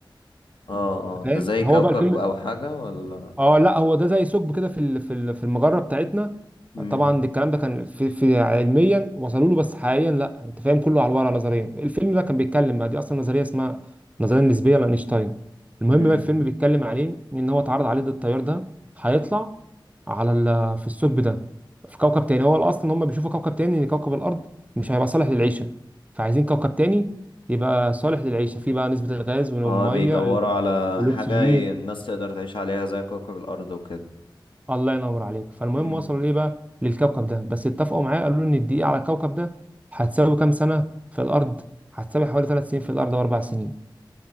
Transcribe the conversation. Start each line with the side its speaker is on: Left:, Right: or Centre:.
Left: اه اه
Right: فاهم
Left: ده زي كوكب
Right: هو بقى الفيلم
Left: او حاجة ولا
Right: اه لا هو ده زي ثقب كده في ال- في ال- في المجره بتاعتنا
Left: امم
Right: طبعا ده الكلام ده كان في, في علميا وصلوا له بس حقيقيا لا انت فاهم كله على الورق نظريا الفيلم ده كان بيتكلم بقى دي اصلا نظريه اسمها النظريه النسبيه لاينشتاين المهم
Left: امم
Right: بقى الفيلم بيتكلم عليه ان هو اتعرض عليه ده التيار ده هيطلع على ال- في الثقب ده في كوكب تاني هو الاصل ان هم بيشوفوا كوكب تاني ان كوكب الارض مش هيبقى صالح للعيشه فعايزين كوكب تاني يبقى صالح للعيشه فيه بقى نسبه الغاز والميه
Left: اه بيدوروا على
Right: والاكسجين
Left: حاجة ي- الناس تقدر تعيش عليها زي كوكب الأرض وكده
Right: الله ينور عليك فالمهم
Left: مم.
Right: وصلوا ليه بقى للكوكب ده بس اتفقوا معاه قالوا له ان الدقيقة على الكوكب ده هتساوي كام سنة في الأرض هتساوي حوالي ثلاث سنين في الأرض وأربع سنين